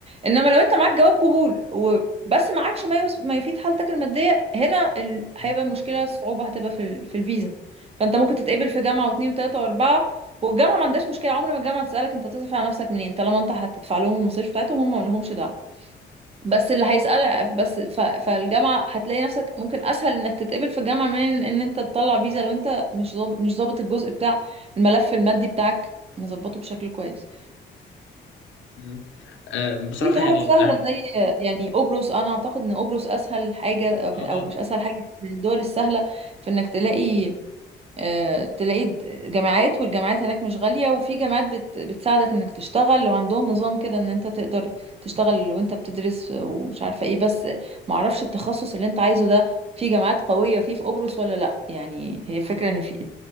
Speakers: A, on the right; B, on the left.
A: انما لو انت معاك جواب قبول وبس معاكش ما يوس- ما يفيد حالتك الماديه هنا ال... هيبقى
B: مم.
A: المشكله الصعوبه هتبقى في ال... في الفيزا فانت ممكن تتقبل في جامعه واثنين وثلاثه واربعه والجامعه ما عندهاش مشكله عمر ما الجامعه تسالك انت تصرف على نفسك منين طالما انت هتدفع لهم المصاريف بتاعتهم هم ما لهمش دعوه بس اللي هيسأل بس ف... فالجامعة هتلاقي نفسك ممكن أسهل إنك تتقبل في الجامعة من إن أنت تطلع فيزا لو أنت مش ضابط مش ضابط الجزء بتاع الملف المادي بتاعك مظبطه بشكل كويس
B: مم. آه، بصراحه
A: في دول
B: يعني
A: سهلة
B: انا
A: زي يعني قبرص أنا أعتقد إن قبرص أسهل حاجة
B: اه
A: أو مش أسهل حاجة من الدول السهلة في إنك تلاقي آه، تلاقي د- جامعات والجامعات هناك مش غالية وفي جامعات بت بتساعدك انك تشتغل وعندهم نظام كده ان انت تقدر تشتغل وانت بتدرس ومش عارفة ايه بس معرفش التخصص اللي انت عايزه ده في جامعات قوية فيه في قبرص ولا لا يعني هي فكرة ان في